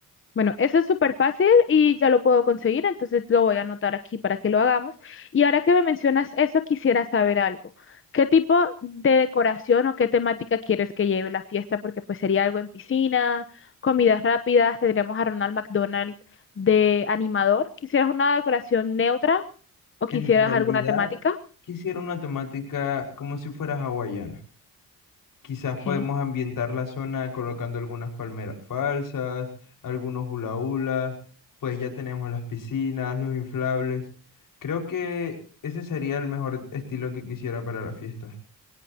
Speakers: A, on the left; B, on the left.
A: Bueno, eso es súper fácil y ya lo puedo conseguir, entonces lo voy a anotar aquí para que lo hagamos. Y ahora que me mencionas eso, quisiera saber algo. ¿Qué tipo de decoración o qué temática quieres que lleve la fiesta? Porque pues sería algo en piscina, comidas rápidas, tendríamos a Ronald McDonald de animador. ¿Quisieras una decoración neutra o
B: En
A: quisieras
B: realidad,
A: alguna temática?
B: quisiera una temática como si fuera hawaiana. Quizás podemos
A: Ok.
B: ambientar la zona colocando algunas palmeras falsas, algunos hula hula, pues ya tenemos las piscinas, los inflables. Creo que ese sería el mejor estilo que quisiera para la fiesta.